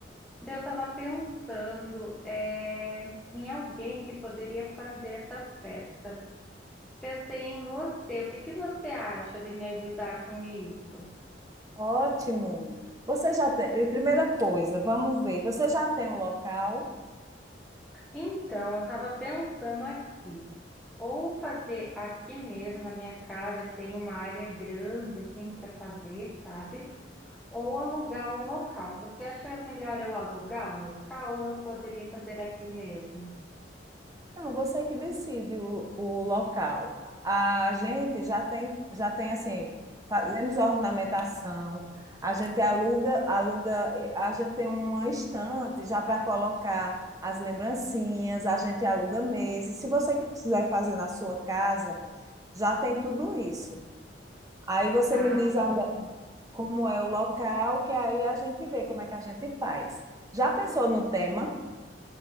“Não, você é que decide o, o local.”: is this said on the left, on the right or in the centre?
Right